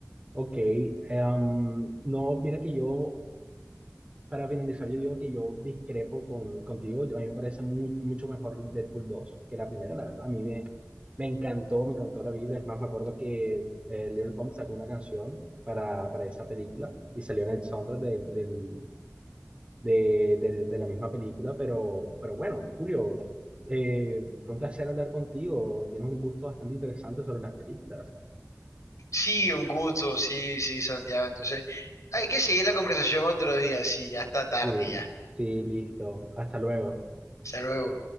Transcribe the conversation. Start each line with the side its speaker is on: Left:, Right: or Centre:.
Right: ok. Em, no, mira que yo para finalizar, yo digo que yo discrepo con, contigo. Yo- A mí me parece mu- mucho mejor Deadpool 2 que la primera, la verdad. A mí me, me encantó, me encantó la vida. Es más, me acuerdo que eh, Little Pump sacó una canción para, para esa película y salió en el soundtrack del- del- de, del- de la misma película. Pero, pero bueno, Julio, eh, fue un placer hablar contigo. Tienes un gusto bastante interesante sobre las películas.
Left: Sí, un gusto, sí, sí, Santiago. Entonces, hay que seguir la conversación otro día, sí, ya está tarde
Right: Sí,
Left: ya.
Right: sí, listo. Hasta luego.
Left: Hasta luego.